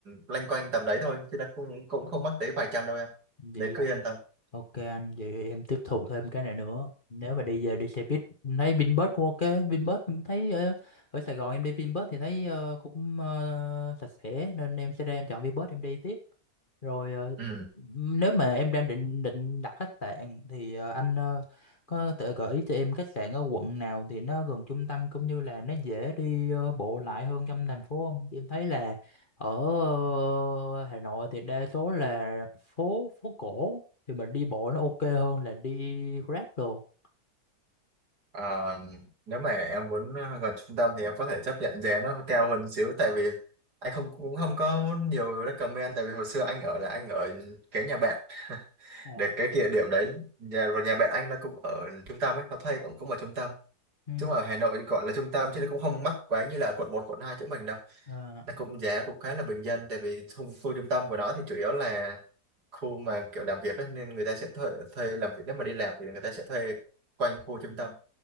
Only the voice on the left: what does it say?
vậy
là
Ok anh, vậy em tiếp thu thêm cái này nữa. Nếu mà đi về đi xe buýt, em thấy Vinbus cũng ok. Vinbus em thấy ở, ở Sài Gòn em đi Vinbus thì thấy ờ, cũng ờ, sạch sẽ nên em sẽ ra em chọn Vinbus em đi tiếp. Rồi ờ,
nếu mà em đang định định đặt khách sạn thì ờ, anh ờ, có thể gợi ý cho em khách sạn ở quận nào thì nó gần trung tâm cũng như là nó dễ đi ờ, bộ lại hơn trong thành phố không? Em thấy là ở ờ, Hà Nội thì đa số là phố phố cổ thì mình đi bộ nó ok hơn là đi Grab đồ
à,
ừ
à,